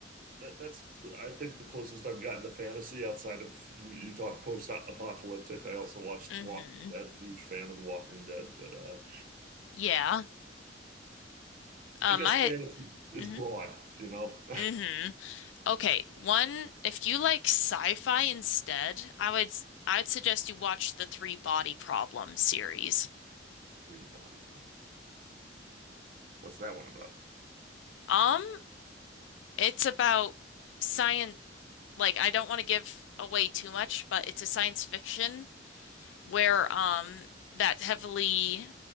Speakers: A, on the right; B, on the left.
A: that that's I think the closest I've gotten to fantasy outside of you, you talked post-apocalyptic. I also watched
B: Mm-hmm.
A: The Walking Dead, huge fan of The Walking Dead, but uh
B: Yeah. Um,
A: I guess
B: I
A: fantasy is
B: mm-hmm.
A: broad, you know.
B: Mm-hmm. Okay. One, if you like sci-fi instead, I would I'd suggest you watch the Three Body Problem series.
A: <laughs> Free body problem. What's that one about?
B: Um, it's about science like I don't want to give away too much, but it's a science fiction where um that heavily